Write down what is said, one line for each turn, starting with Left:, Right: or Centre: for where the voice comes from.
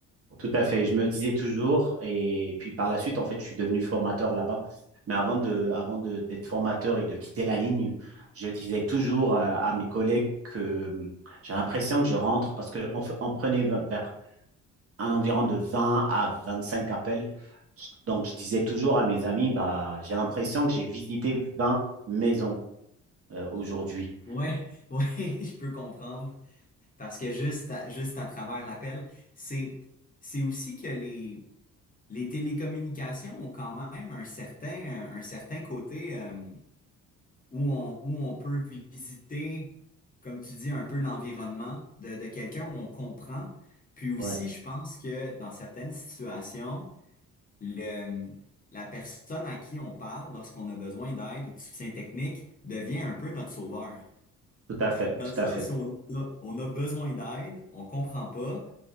Right: Tout à fait. Je me disais toujours, et puis par la suite, en fait, je suis devenu formateur là-bas. Mais avant de, avant de, d'être formateur et de quitter la ligne, je disais toujours à, à mes collègues que hum, j'ai l'impression que je rentre parce qu'on on prenait v- vers un environ de 20 à 25 appels. Donc, je disais toujours à mes amis, bah, j'ai l'impression que j'ai visité 20 maisons euh, aujourd'hui.
Left: Ouais, <laughs> ouais, je peux comprendre. Parce que juste à, juste à travers l'appel, c'est, c'est aussi que les, les télécommunications ont quand même un certain, un, certain côté. euh, où on, où on peut visiter, comme tu dis, un peu l'environnement de, de quelqu'un, où on comprend. Puis aussi,
Right: Ouais,
Left: je pense que dans certaines situations, le, la personne à qui on parle lorsqu'on a besoin d'aide ou de soutien technique devient un peu notre sauveur.
Right: tout à fait,
Left: Dans
Right: tout
Left: le sens
Right: à fait,
Left: où on a, on a besoin d'aide, on comprend pas,